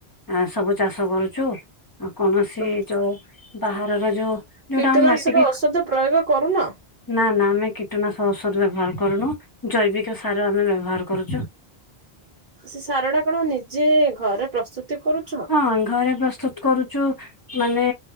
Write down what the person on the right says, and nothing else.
ହଁ।
କୀଟନାଶକ
ଔଷଦ ପ୍ରୟୋଗ କରୁନ?
ସେ ସାରଟା କଣ ନିଜେ ଘରେ ପ୍ରସ୍ତୁତି କରୁଛ?